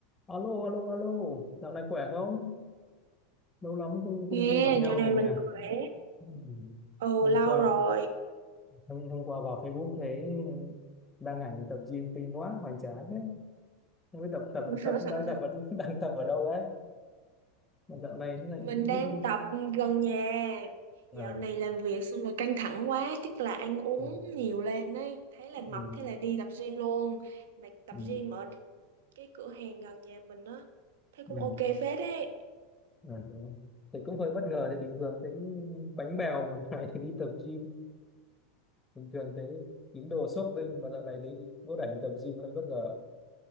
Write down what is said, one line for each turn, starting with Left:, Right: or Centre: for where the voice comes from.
Left: Alo, alo, alo, dạo này khỏe không? Lâu lắm không không,
Right: Nghe,
Left: không gặp nhau
Right: dạo này
Left: rồi nhỉ?
Right: mình khỏe.
Left: Ừ.
Right: Ồ,
Left: Hôm
Right: lâu
Left: qua,
Right: rồi.
Left: hôm, hôm qua vào Facebook thấy đăng ảnh tập gym kinh quá, hoành tráng thế. Không biết tập tập
Right: <laughs>
Left: tập đang tập vẫn <laughs> đang tập ở đâu đấy? Mà dạo này thế này
Right: Mình đang
Left: lúc
Right: tập gần nhà.
Left: à,
Right: Dạo này làm việc xong rồi căng thẳng quá, chắc là ăn uống
Left: à, à,
Right: nhiều lên ấy. Thấy là mập
Left: ừ,
Right: thế là đi tập gym luôn. Mà tập
Left: ừ,
Right: gym ở cái cửa hàng gần nhà mình á. Thấy
Left: ừ,
Right: cũng ok phết ấy.
Left: à, đúng rồi. Thì cũng hơi bất ngờ, thì bình thường thấy bánh bèo còn dạo này thì đi tập gym, bình thường thấy tín đồ shopping mà dạo này thấy đi vô đảnh tập gym hơi bất ngờ.